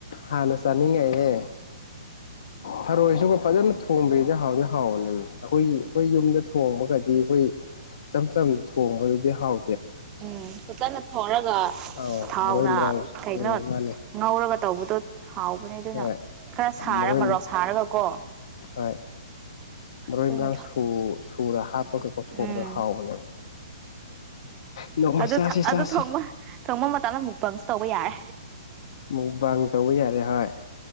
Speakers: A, on the left (about 55°); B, on the right (about 20°).
A: ꯍꯥꯟꯅ ꯆꯥꯅꯤꯡꯉꯥꯏꯍ ꯊꯔꯣꯏꯁꯨꯒ ꯐꯖꯅ ꯊꯣꯡꯕꯒꯤꯗꯤ ꯍꯥꯎꯗꯤ ꯍꯥꯎꯕꯅꯦꯕ ꯑꯩꯈꯣꯏꯒꯤ ꯑꯩꯈꯣꯏ ꯌꯨꯝꯗ ꯊꯣꯡꯕꯒꯗꯤ ꯑꯩꯈꯣꯏ ꯏꯆꯝ ꯆꯝ ꯊꯣꯡꯕꯗꯨꯗꯤ ꯍꯥꯎ
B: ꯎꯝ ꯐꯖꯅ ꯊꯔꯒ
A: ꯑꯧ
B: ꯊꯥꯎꯅ
A: ꯃꯔꯣꯏ ꯃꯔꯥꯡ ꯎꯝ
B: ꯀꯩꯅꯣ
A: ꯃꯥꯅꯦ
B: ꯉꯧꯔꯒ ꯇꯧꯕꯗꯣ ꯍꯥꯎꯕꯅꯦ ꯑꯗꯨꯅ
A: ꯍꯣꯏ
B: ꯈꯔ
A: ꯃꯔꯣꯏ
B: ꯁꯥꯔ ꯃꯔꯣꯛ ꯁꯥꯔꯒ ꯀꯣ
A: ꯍꯣꯏ ꯃꯔꯣꯏ
B: ꯑꯗꯨꯅ
A: ꯃꯔꯥꯡ ꯁꯨꯔ ꯍꯥꯞꯄꯒꯩꯀꯣ ꯊꯣꯡꯕꯒ
B: ꯎꯝ
A: ꯍꯥꯎꯕꯅꯦꯕ ꯅꯣꯡꯃ
B: ꯑꯗꯨ
A: ꯆꯥꯁꯤ ꯆꯥꯁꯤ
B: ꯑꯗꯨꯕ ꯊꯣꯡꯕ ꯃꯇꯝꯗ ꯃꯨꯛꯄꯪꯁꯨ ꯇꯧꯕ ꯌꯥꯔꯦ
A: ꯃꯨꯛꯕꯥ ꯇꯧꯕ ꯌꯥꯔꯦ ꯍꯣꯏ